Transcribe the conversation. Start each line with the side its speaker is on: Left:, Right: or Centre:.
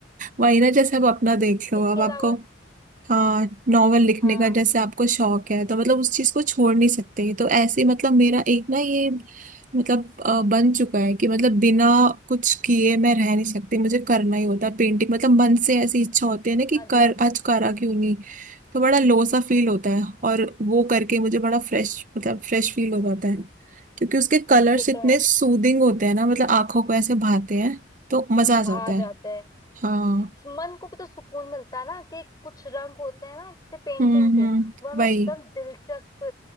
Right: वही ना जैसे अब अपना देख लो
Left: इसके
Right: अब
Left: अलावा
Right: आपको हाँ नॉवल लिखने
Left: हाँ
Right: का जैसे आपको शौक है तो मतलब उस चीज को छोड़ नहीं सकते तो ऐसे ही मतलब मेरा एक ना ये मतलब अ, बन चुका है कि मतलब बिना कुछ किए मैं रह नहीं सकती मुझे करना ही होता है पेंटिंग मतलब मन से ऐसी इच्छा होती है ना कि
Left: हाँ जी
Right: कर
Left: हाँ जी
Right: आज करा क्यों नहीं तो बड़ा लो सा फील होता है और वो करके मुझे बड़ा फ्रेश मतलब फ्रेश फील हो जाता है क्योंकि उसके कलर्स
Left: ये
Right: इतने
Left: तो है
Right: सूदिंग होते हैं ना मतलब आंखों को ऐसे भाते हैं तो मजा आ जाता
Left: भा
Right: है
Left: जाते हैं
Right: हाँ
Left: मन को भी तो सुकून मिलता है ना कि कुछ रंग होते हैं ना जैसे पेंटिंग
Right: हम्म
Left: के
Right: हम्म
Left: वो हमें
Right: वही
Left: एकदम दिलचस्प